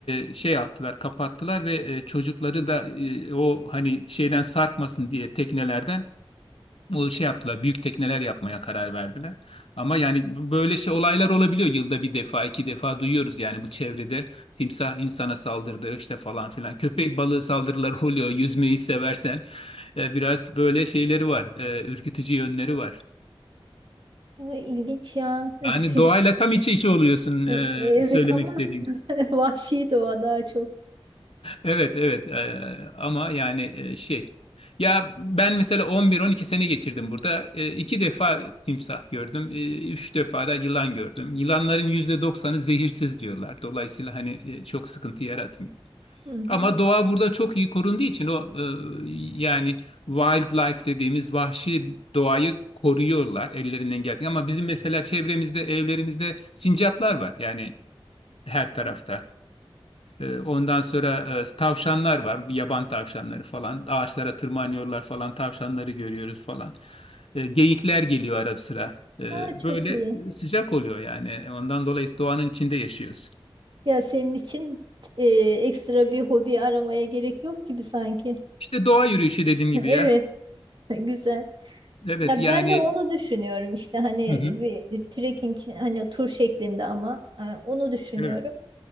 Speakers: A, on the left (about 80°); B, on the right (about 60°).
A: e, şey yaptılar, kapattılar ve e, çocukları da e, o hani şeyden sarkmasın diye teknelerden o şey yaptılar. Büyük tekneler yapmaya karar verdiler. Ama yani b- böyle şey olaylar olabiliyor. Yılda bir defa, iki defa duyuyoruz yani bu çevrede timsah insana saldırdı işte falan filan. Köpek balığı saldırıları <laughs> oluyor. Yüzmeyi seversen E, biraz böyle şeyleri var. E, ürkütücü yönleri var.
B: bu ilginç ya. <laughs>
A: Yani
B: Tüh.
A: doğayla tam iç içe oluyorsun e,
B: E- Evet
A: söylemek
B: ama
A: istediğim.
B: <laughs> vahşi doğa daha çok.
A: Evet evet Ee, ama yani e, şey ya ben mesela 11-12 sene geçirdim burada. Ee, iki defa timsah gördüm. Ee, üç defa da yılan gördüm. Yılanların yüzde doksanı zehirsiz diyorlar. Dolayısıyla hani e, çok sıkıntı yaratmıyor.
B: Hı hı.
A: Ama doğa burada çok iyi korunduğu için o e, yani wildlife dediğimiz vahşi doğayı koruyorlar ellerinden geldiği. Ama bizim mesela çevremizde evlerimizde sincaplar var yani her tarafta. Ee, Ondan sonra e, tavşanlar var, yaban tavşanları falan. Ağaçlara tırmanıyorlar falan, tavşanları görüyoruz falan. Ee, Geyikler geliyor ara sıra. Ee,
B: Daha çok
A: Böyle
B: iyi.
A: e, sıcak oluyor yani. Ondan dolayı doğanın içinde yaşıyoruz.
B: Ya senin için e, ekstra bir hobi aramaya gerek yok gibi sanki.
A: İşte doğa yürüyüşü dediğim gibi
B: <laughs> Evet,
A: ya.
B: güzel.
A: Evet
B: Ya
A: yani.
B: ben de onu düşünüyorum işte hani
A: Hı hı.
B: bir trekking hani tur şeklinde ama e, onu düşünüyorum.
A: Evet.